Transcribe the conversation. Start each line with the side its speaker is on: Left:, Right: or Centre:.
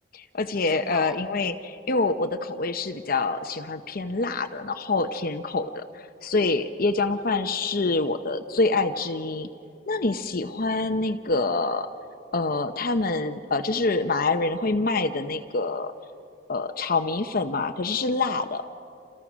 Left: 而且呃，
Centre: 真的哦，
Left: 因为因为我我的口味是比较喜欢偏辣的，然后甜口的，所以椰浆饭是我的最爱之一。那你喜欢那个呃，他们呃，就是马来人会卖的那个呃炒米粉嘛？可是是辣的，